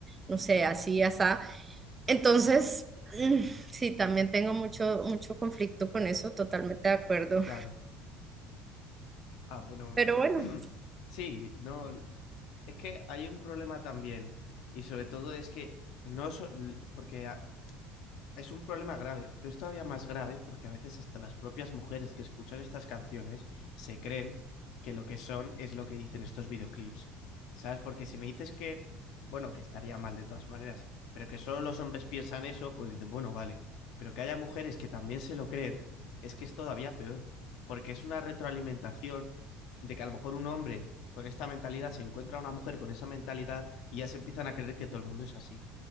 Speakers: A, on the right; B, on the left.
A: no sé, así, asá. Entonces, mm, sí, también tengo mucho, mucho conflicto con eso, totalmente de acuerdo.
B: claro. Ah, bueno,
A: Pero bueno,
B: <clears throat> sí, no, l- es que hay un problema también y sobre todo es que no, so- l- porque a- Es un problema grave, pero es todavía más grave porque a veces hasta las propias mujeres que escuchan estas canciones se creen que lo que son es lo que dicen estos videoclips. ¿Sabes? Porque si me dices que, bueno, que estaría mal de todas maneras, pero que solo los hombres piensan eso, pues dicen, bueno, vale. Pero que haya mujeres que también se lo creen, es que es todavía peor, porque es una retroalimentación de que a lo mejor un hombre con esta mentalidad se encuentra a una mujer con esa mentalidad y ya se empiezan a creer que todo el mundo es así.